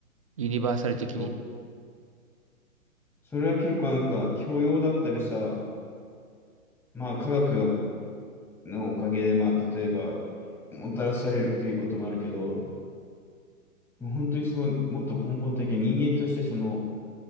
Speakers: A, on the right; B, in the centre.
A: ユニバーサル的に。
B: そう。それは結構なんか教養だったりさ、まあ科学がのおかげで、まあ、例えば、もたらされるっていうこともあるけど、でも本当にその、もっと根本的な人間として、その、